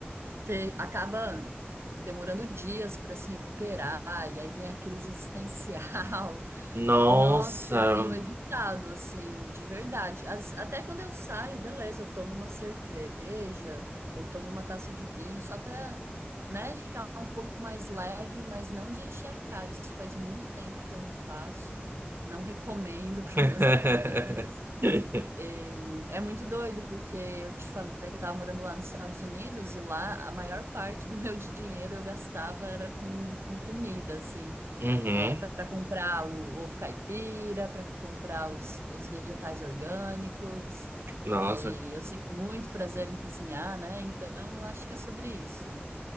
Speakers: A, on the right; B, on the right.
A: te- acaba demorando dias para se recuperar, e aí vem a crise existencial. <laughs>
B: Nossa.
A: Nossa, eu tenho evitado, assim, de verdade. As- até quando eu saio, beleza, eu tomo uma cerveja ou tomo uma taça de vinho só para, né, ficar um pouco mais leve, mas não de encher a cara. Isso faz muito tempo que eu não faço. Não recomendo <laughs> para
B: <laughs>
A: meus amigos. E é muito doido, porque eu te falei que eu tava morando lá nos Estados Unidos e lá a maior parte do meu <laughs> dinheiro eu gastava era com, com comida, assim,
B: Uhum.
A: é, para comprar o ovo caipira, para comprar os, os vegetais orgânicos.
B: Nossa.
A: E eu sinto muito prazer em cozinhar, né? Então eu acho que é sobre isso.